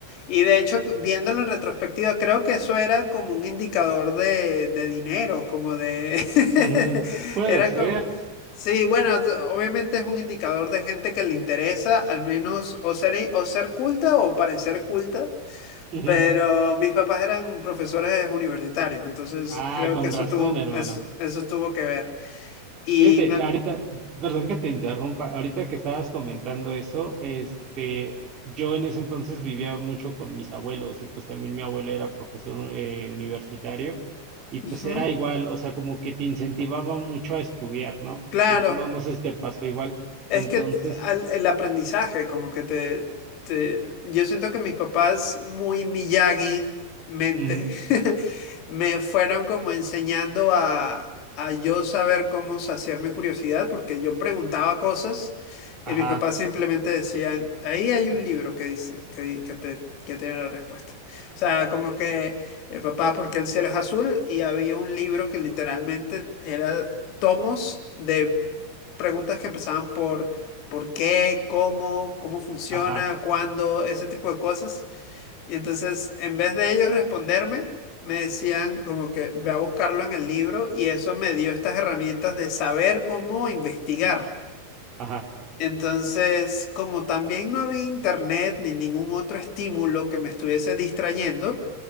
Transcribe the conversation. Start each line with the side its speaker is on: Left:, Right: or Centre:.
Left: Y de hecho, viéndolo en retrospectiva, creo que eso era como un indicador de, de dinero, como de...
Right: Ujú,
Left: <laughs>
Right: Puede
Left: Era
Right: ser.
Left: como... Sí, bueno, obviamente es un indicador de gente que le interesa, al menos o ser, o ser culta o parecer culta,
Right: Ujú.
Left: pero mis papás eran profesores universitarios, entonces
Right: Ah,
Left: creo
Right: con
Left: que eso
Right: razón,
Left: tuvo,
Right: hermano.
Left: eso, eso tuvo que ver. Y
Right: Fíjate,
Left: me,
Right: ahorita, perdón que te interrumpa, ahorita que estabas comentando eso, este, yo en ese entonces vivía mucho con mis abuelos y pues también mi abuelo era profesor eh, universitario y pues
Left: ujú,
Right: era igual, o sea, como que te incentivaba mucho a estudiar, ¿no?
Left: claro.
Right: En- No, no sé si te pasó igual.
Left: Es
Right: Entonces,
Left: que al- el aprendizaje, como que te, te- Yo siento que mis papás, muy Miyagi mente,
Right: mm,
Left: <laughs> me fueron como enseñando a, a yo saber cómo saciar mi curiosidad, porque yo preguntaba cosas
Right: ajá,
Left: y mis papás simplemente decían, ahí hay un libro que dice, que, di- que te, que tiene la respuesta. O sea, como que, eh, papá, porque el cielo es azul? Y había un libro que literalmente era tomos de preguntas que empezaban por por qué, cómo, cómo funciona,
Right: ajá,
Left: cuándo, ese tipo de cosas. Y entonces, en vez de ellos responderme, me decían como que ve a buscarlo en el libro y eso me dio estas herramientas de saber cómo investigar.
Right: ajá,
Left: Entonces, como también no había internet ni ningún otro estímulo que me estuviese distrayendo,